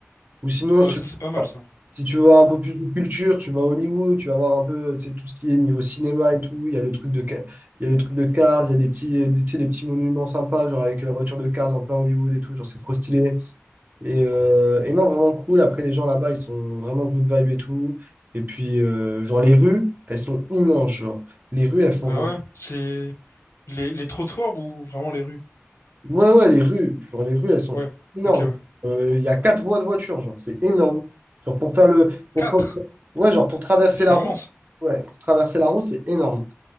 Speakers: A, on the right (about 40°); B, on the left (about 80°).
A: Ou sinon,
B: Ouais,
A: si tu
B: ça
A: veux,
B: c'est pas mal ça.
A: si tu veux un peu plus de culture, tu vas à Hollywood, tu vas voir un peu, tu sais, tout ce qui est niveau cinéma et tout. Il y a le truc de, Ca- il y a le truc de Cars, il y a des petits, des, tu sais, des petits monuments sympas, genre avec la voiture de Cars en plein Hollywood et tout. Genre, c'est trop stylé. Et, euh, et non, vraiment cool. Après, les gens là-bas, ils sont vraiment good vibe et tout. Et puis, euh, genre, les rues, elles sont immenses, genre. Les rues, elles font
B: Ah
A: genre...
B: ouais, c'est les, les trottoirs ou vraiment les rues?
A: Ouais, ouais, les rues. Genre, les rues, elles sont
B: Ouais,
A: énormes.
B: ok, ouais.
A: Euh, Il y a quatre voies de voiture, genre. C'est énorme. Genre, pour faire le... Pour...
B: Quatre,
A: pour- Ouais, genre, pour traverser
B: mais c'est
A: la route.
B: immense.
A: Ouais, pour traverser la route, c'est énorme.